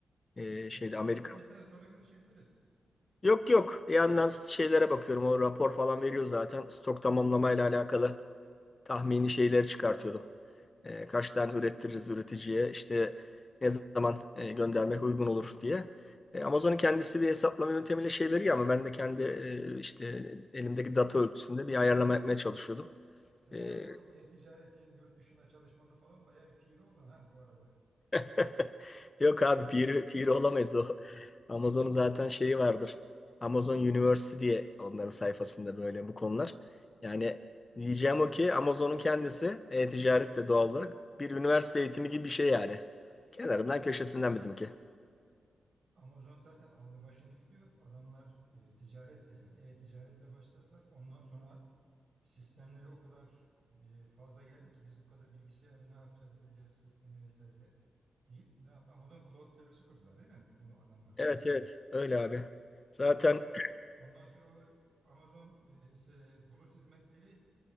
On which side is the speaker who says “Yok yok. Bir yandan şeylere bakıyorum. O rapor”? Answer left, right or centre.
Left